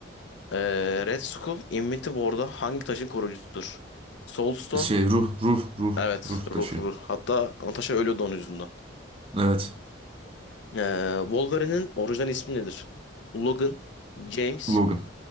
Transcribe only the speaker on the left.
Ee, Red Skull Infinity War'da hangi taşın koruyucusudur? Soulstone.
Evet.
Ruh
ruh. Hatta Natasha ölüyordu onun yüzünden.
Ee, Wolverine'in orijinal ismi nedir? Logan. James.